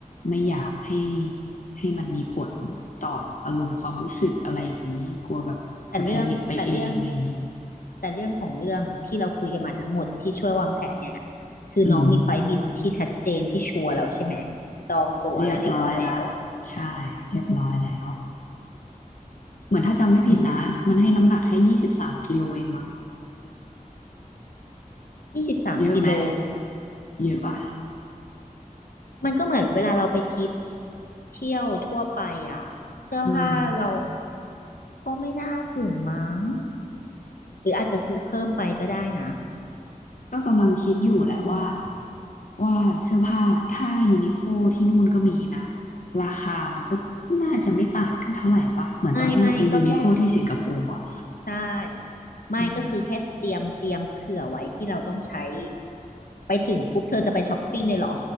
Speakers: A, on the left; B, on the left.
A: ไม่อยากให้ให้มันมีผลต่ออารมณ์ความรู้สึกอะไรอย่างนี้กลัวแบบจะแพนิคไปเองอะไรอย่างนี้
B: แต่เรื่องแต่เรื่องแต่เรื่องของเรื่องที่เราคุยกันมาทั้งหมดที่ช่วยวางแผนเนี่ยคือน้องมีไฟล์บินที่ชัดเจนที่ชัวร์แล้วใช่ไหม
A: อืม
B: จองตั๋วอะไรเรียบร้อยแล้ว
A: เรียบร้อยละใช่เรียบร้อยแล้วเหมือนถ้าจำไม่ผิดนะมันให้น้ำหนักแค่ยี่สิบสามกิโลเองมั้ง
B: อืมยี่สิบสามกิโล
A: เยอะไหมเยอะป่ะ
B: มันก็เหมือนเวลาเราไปทริปเที่ยวทั่วไปอ่ะเสื้อผ้าเรา
A: อืม
B: ก็ไม่น่าถึงมั้งหรืออาจจะซื้อเพิ่มไปก็ได้นะ
A: ก็กำลังคิดอยู่แหละว่า
B: อืม
A: ว่าเสื้อผ้าถ้ายูนิโคที่นู่นก็มีนะราคามันก็น่าจะไม่ต่างกันเท่าไหร่ปะเหมือนตอนที่เราไปยูนิโคที่สิงคโปร์อ่ะ
B: ไม่ไม่ก็แค่ใช่ไม่ก็คือแค่เตรียมเตรียมเผื่อไว้ที่เราต้องใช้
A: อืม
B: ไปถึงปุ๊บเธอจะไปช้อปปิ้งเลยเหรอ